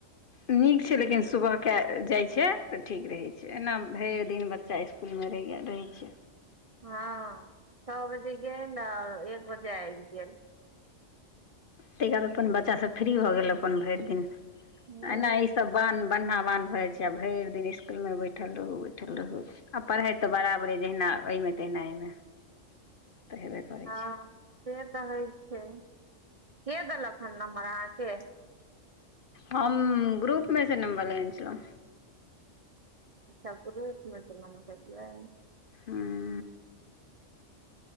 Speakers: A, on the left; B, on the right.
A: नीक छै लेकिन सुबहके जाइ छै तऽ ठीक रहै छै एना भरि दिन बच्चा इस् इसकुलमे रहै छै।
B: हँ छओ बजे गेल आ एक बजे आबि गेल।
A: तै के बाद अपन बच्चा सब फ्री भऽ गेल अपन भरि दिन
B: हूँ
A: एना ई सब बान्ह बन्हा बान्ह भ जाइ छै आब भरि दिन इसकुलमे बैठल रहू बैठल रहू आ पढ़ाइ तऽ बराबरे जहिना ओहिमे तहिना एहिमे तऽ हेबे करै
B: हँ
A: छै
B: से तऽ होइ छै, के देलक हन नम्बर अहाँके?
A: हम ग्रुपमे से नम्बर लेने छलहुँ।
B: अच्छा ग्रुप में से नम्बर लेलियै।
A: हूं।